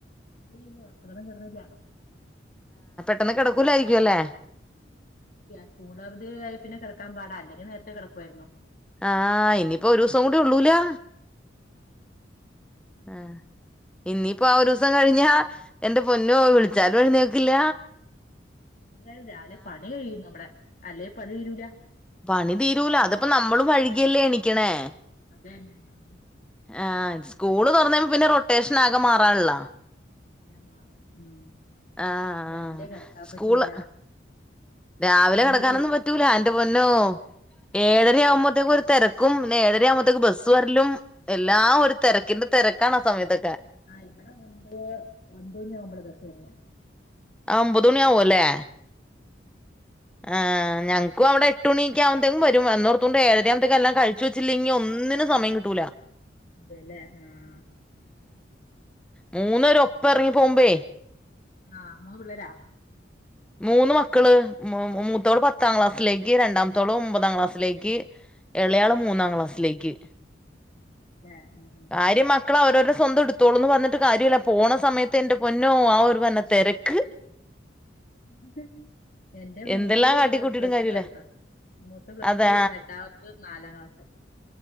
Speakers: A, on the left; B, in the centre.
A: ഇല്ലില്ല മക്കളൊന്നും കെട്ന്നില്ല
B: ട്ടന്ന് കെടക്കൂലായിരിക്കുല്ലേ
A: സ്കൂൾ അവധി ആയേ പിന്നെ കിടക്കാൻ പാടാ അല്ലെങ്കിൽ നേരത്തെ കിടക്കുവായിരുന്നു.
B: ആഹ് ഇനിയിപ്പോ ഒരു ദിവസം കൂടി ഉള്ളൂലോ ആഹ് ഇനിയിപ്പോ ആ ഒരു ദിവസം കഴിഞ്ഞാ എന്റെ പൊന്നോ വിളിച്ചാലും എഴുന്നേക്കില്ല.
A: എന്തായാലും രാവിലെ പണി കഴിയും നമ്മടെ അല്ലെ പണി തീരൂല.
B: പണി തീരൂല
A: ഇങ്ങനെ
B: അതിപ്പോ നമ്മളും വൈ കിയല്ലേ എണിക്കണേ
A: അതന്നെ ആ.
B: ആഹ് സ്കൂള് തുറന്നേ പിന്നെ റൊട്ടേഷൻ ആ ക്കമാറാള്ള
A: എല്ലാം മാറും ഉം.
B: ആഹ്
A: രാവിലെ കിടക്കാൻ
B: സ്കൂള്
A: പറ്റൂല.
B: രാവിലെ
A: ആതേ
B: കിടക്കാൻ ഒന്നും
A: ഉള്ളൂ
B: പറ്റൂല എന്റെ പൊന്നോ ഏ ഏഴരയാവുമ്പോഴത്തേക്കും ഒരു തിരക്കും പിന്നെ ഏരയാവുമ്പോഴത്തേക്കും ബസ്സ് വരലും എല്ലാം ഒരു തിരക്കിന്റെ തിര ക്കാണാ സമയത്തൊ
A: ആഹ് ഇവിടെ മുൻപ് ഒൻപത് മണി ആവുമ്പാളാ ബസ്സ് വരണേ.
B: ആഹ് ഒൻപത് മണി ആവുവല്ലേ ആഹ് ഞങ്ങക്കും അവിടെ എട്ട് മണിയൊക്കെ
A: അതെ
B: ആകുമ്പേഴതക്കും
A: അതെ
B: വരും വന്നതൊണ്ട് ഏഴ് അര ആകുമ്പേഴതക്കും എല്ലാം കഴിച്ചു വെ വെച്ചില്ലെങ്കിൽ ഒന്നിനും സമയം കിട്ടൂല
A: അതെല്ലേ ആഹ്
B: ഉം മൂന്നേരും ഒപ്പം ഇറങ്ങി പോംബേ
A: ആഹ് മൂന്ന് പിള്ളേരാ
B: മൂന്ന് മക്കള് മൂ മൂത്തോള് പത്താം ക്ലാസ് <unintelligible> രണ്ടാമത്തോൾ ഒമ്പതാം ക്ലാസ്സിലേക്ക് ഇളയാള്
A: ആ
B: മൂന്നാം ക്ലാസ് ലേക്ക്
A: ആ അതെ ഉം ഉം
B: കാര്യം മക്കൾ അവരോര സ്വന്തം എടുത്തോളൂന്ന് പറഞ്ഞിട്ട് കാര്യല്ല പോണ സമയത്ത് എന്റെ പൊന്നോ ആ ഒരു പന്നെ തിരക്ക്
A: <inaudible> എന്റെ മൂത്തത്
B: എന്തെല്ലാം കാട്ടിക്കൂട്ടിയിട്ടും
A: പ്ലസ്
B: കാര്യമില്ല
A: ടു ആയിരുന്നു മൂത്തെ പ്ലസ്
B: അതെ
A: ടു രണ്ടാമത്തത് നാലാം ക്ലാസിൽ